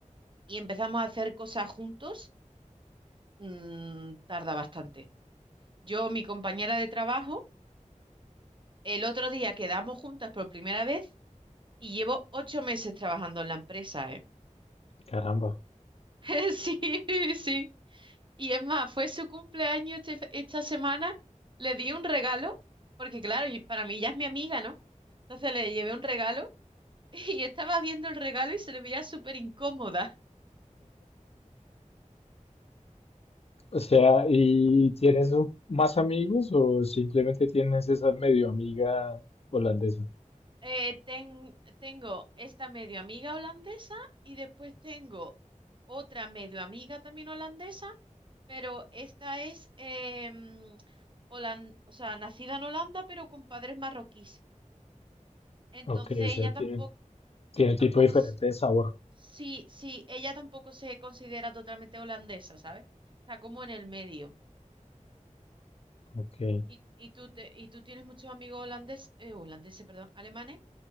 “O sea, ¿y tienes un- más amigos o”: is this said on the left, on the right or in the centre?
Left